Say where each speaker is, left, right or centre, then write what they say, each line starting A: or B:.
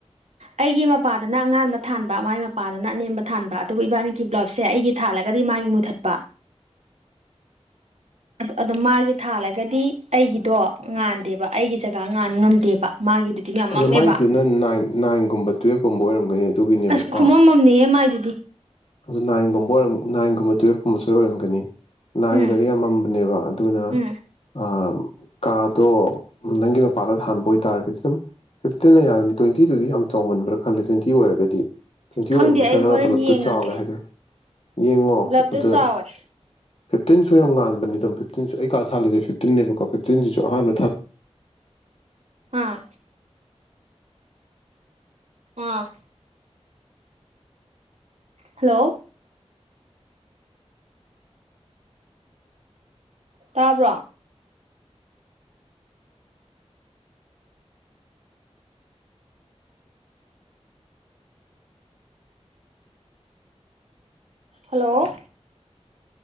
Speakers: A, on the right; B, on the left.
A: ꯑꯩꯒꯤ ꯃꯄꯥꯗꯅ ꯑꯉꯥꯟꯕ ꯊꯥꯟꯕ ꯃꯥꯥꯏ ꯃꯄꯥꯗꯅ ꯑꯅꯦꯝꯕ ꯊꯥꯟꯕ ꯑꯗꯨꯕꯨ ꯏꯕꯥꯅꯤꯒꯤ ꯕ꯭ꯂꯕꯁꯦ ꯑꯩꯒꯤ ꯊꯥꯜꯂꯒ ꯗꯤ ꯃꯥꯒꯤ ꯃꯨꯊꯠꯄ
B: <inaudible>
A: ꯑꯗꯣ ꯃꯥꯒꯤ ꯊꯥꯜꯂꯒꯗꯤ ꯑꯩꯒꯤꯗꯣ ꯉꯥꯟꯗꯦꯕ ꯑꯩꯒꯤ ꯖꯒꯥ ꯉꯥꯟ ꯉꯝꯗꯦꯕ ꯃꯥꯒꯤꯗꯨꯗꯤ ꯌꯥꯝ
B: ꯑꯗꯣ
A: ꯃꯝꯃꯦꯕ
B: ꯃꯥꯏꯗꯨꯅ ꯅꯥꯏꯟ ꯅꯥꯏꯟꯒꯨꯝꯕ ꯇꯨꯋꯦꯜꯞꯀꯨꯝꯕ ꯑꯣꯏꯔꯝꯒꯅꯤ ꯑꯗꯨꯒꯤꯅꯦꯕꯀꯣ
A: ꯑꯁ ꯈꯨꯃꯝꯃꯝꯅꯦꯍꯦ ꯃꯥꯏꯗꯨꯗꯤ
B: ꯑꯗꯨ ꯅꯥꯏꯟꯒꯨꯝꯕꯔ <unintelligible> ꯅꯥꯏꯟꯒꯨꯝꯕ ꯇꯨꯌꯦꯜꯐꯀꯨꯝꯕ ꯁꯣꯏ ꯑꯣꯏꯔꯝꯒꯅꯤ ꯅꯥꯏꯟꯒꯗꯤ
A: ꯎꯝ
B: ꯌꯥꯝꯃꯝꯕꯅꯦꯕ ꯑꯗꯨꯅ
A: ꯎꯝ
B: ꯑꯥ ꯀꯥꯗꯣ ꯅꯪꯒꯤ ꯃꯄꯥꯥꯟꯗ ꯊꯥꯟꯕ ꯑꯣꯏꯇꯥꯔꯒꯗꯤ ꯗꯨꯝ ꯐꯤꯞꯇꯤꯟꯅ ꯌꯥꯒꯅꯤ ꯇ꯭ꯋꯦꯟꯇꯤꯗꯨꯗꯤ ꯌꯥꯝ ꯆꯥꯎꯃꯟꯕ꯭ꯔ ꯈꯜꯂꯦ ꯇ꯭ꯋꯦꯟꯇꯤ ꯑꯣꯏꯔꯒꯗꯤ ꯇ꯭ꯋꯦꯟꯇꯤ
A: ꯈꯪꯗꯦ
B: ꯑꯣꯏꯔꯝꯕꯁꯨꯌꯥꯏ
A: ꯑꯩ
B: ꯅꯪꯅ
A: ꯍꯣꯔꯦꯟ
B: ꯄꯨꯜꯂꯞꯇ
A: ꯌꯦꯡꯉꯒꯦ
B: ꯆꯥꯎꯋꯦ ꯍꯥꯏ <unintelligible> ꯌꯦꯡꯉꯣ
A: ꯕ꯭ꯂꯞꯇꯣ
B: ꯑꯗꯨ
A: ꯆꯥꯎꯋꯦ
B: ꯐꯤꯞꯇꯤꯟ ꯁꯨ ꯌꯥꯝ ꯉꯥꯟꯕꯅꯤ ꯑꯗꯨꯝ ꯐꯤꯞꯇꯤꯟꯁꯨ ꯑꯩ ꯀꯥ ꯊꯥꯜꯂꯤꯁꯦ ꯐꯤꯞꯇꯤꯟꯅꯦꯕꯀꯣ ꯐꯤꯞꯇꯤꯟꯁꯤꯁꯨ ꯑꯍꯥꯟꯕ ꯊꯥ
A: ꯑꯥ ꯑꯥ ꯍꯜꯂꯣ ꯇꯥꯕ꯭ꯔꯣ ꯍꯜꯂꯣ